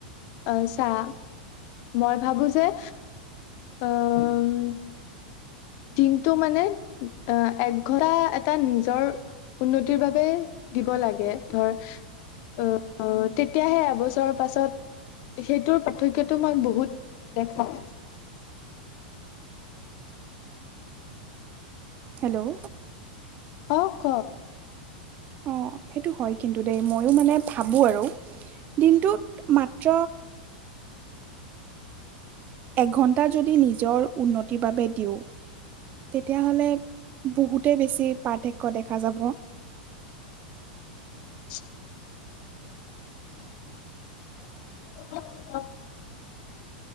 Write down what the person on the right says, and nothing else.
হেল্ল',
অ সেইটো হয় কিন্তু দেই মইও মানে ভাবো আৰু দিনটোত মাত্ৰ এঘন্টা যদি নিজৰ উন্নতিৰ বাবে দিওঁ তেতিয়া হ'লে বহুতে বেছি পাৰ্থক্য দেখা যাব।